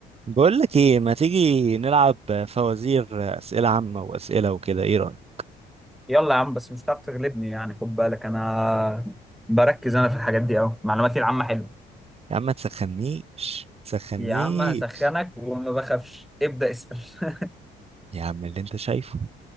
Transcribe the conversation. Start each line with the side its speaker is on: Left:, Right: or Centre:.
Right: بقول لك ايه ما تيجي نلعب فوازير اسئله عامه واسئله وكده ايه رايك
Centre: يلا يا عم بس مش هتعرف تغلبني يعني خد بالك انا بركز انا في الحاجات دي قوي معلوماتي العامة حلوة
Right: يا عم ما تسخنيش تسخنيش
Centre: يا عم هسخنك وما بخافش ابدأ اسأل <laughs>
Right: يا عم اللي انت شايفه